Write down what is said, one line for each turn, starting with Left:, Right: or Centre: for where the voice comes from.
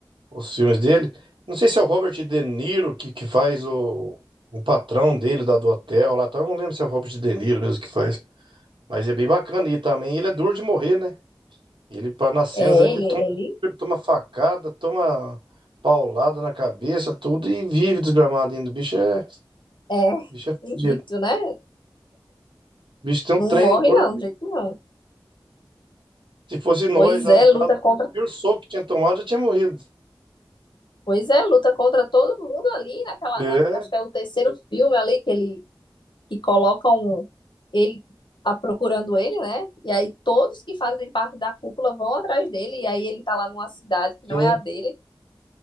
Right: os filmes dele. Não sei se é o Robert De Niro que, que faz o, o patrão dele da, do hotel lá, tal. Eu não lembro se é o Robert De Niro mesmo que faz. Mas é bem bacana. E também ele é duro de morrer, né? Ele, pa- nas cenas,
Left: É
Right: ele
Left: ele,
Right: toma,
Left: ele
Right: tiro, toma facada, toma paulada na cabeça, tudo, e vive desgramado ainda. O bicho é,
Left: é
Right: bicho é
Left: invicto,
Right: fudido.
Left: né?
Right: O bicho tem
Left: Não
Right: um trem
Left: morre
Right: no corpo.
Left: não, de jeito nenhum.
Right: Se fosse nós
Left: Pois
Right: lá
Left: é,
Right: no caso,
Left: luta
Right: o
Left: contra,
Right: primeiro soco que tinha tomado já tinha morrido.
Left: pois é, luta contra todo mundo ali naquela,
Right: É,
Left: na- acho que é o terceiro filme ali que ele que colocam ele a, procurando ele, né? E aí todos que fazem parte da cúpula vão atrás dele, e aí ele tá lá numa cidade que não
Right: sim,
Left: é a dele,